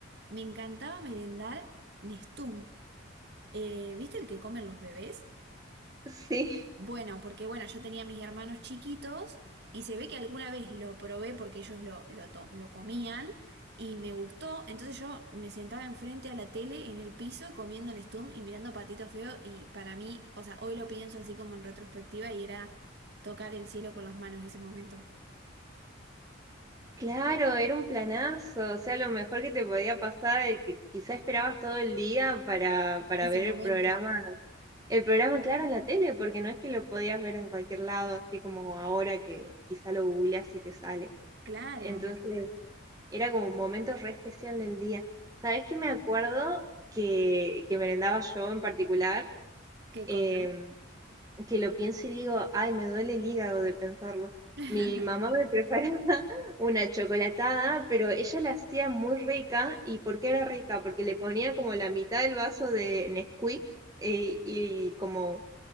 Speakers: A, on the right; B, on the right.
A: Me encantaba merendar Nestum. Eh, ¿viste el que comen los bebés?
B: Sí,
A: Bueno, porque bueno, yo tenía mis hermanos chiquitos y se ve que alguna vez lo probé porque ellos lo, lo, to- lo comían y me gustó. Entonces yo me sentaba enfrente a la tele en el piso comiendo Nestum y mirando Patito Feo y para mí, o sea, hoy lo pienso así como en retrospectiva y era tocar el cielo con las manos ese momento.
B: claro, era un planazo, o sea, lo mejor que te podía pasar es que quizá esperabas todo el día para, para
A: Ese
B: ver
A: momento.
B: el programa El programa, claro, en la tele, porque no es que lo podías ver en cualquier lado, así como ahora que quizá lo googleas y te sale.
A: Claro,
B: Entonces, era como un momento re especial del día. ¿Sabes qué me acuerdo que, que merendaba yo en particular?
A: qué
B: Eh,
A: cosa.
B: que lo pienso y digo, ay, me duele el hígado de pensarlo.
A: <laughs>
B: Mi mamá me preparaba <laughs> una chocolatada, pero ella la hacía muy rica. ¿Y por qué era rica? Porque le ponía como la mitad del vaso de Nesquik eh, y como